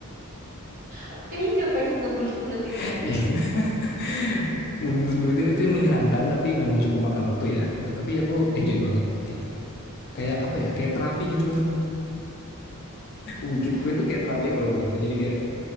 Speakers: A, on the right; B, on the left.
A: aku kayaknya cuma pengen ngebulet-buletinnya
B: <laughs>
A: aja.
B: ngebulut-bulutin itu yang menyenangkan tapi memang cukup makan waktu ya gitu tapi aku enjoy banget gitu kayak apa ya kayak terapi gitu loh bikin kue
A: Eh,
B: itu kayak terapi kalau buatku jadi kayak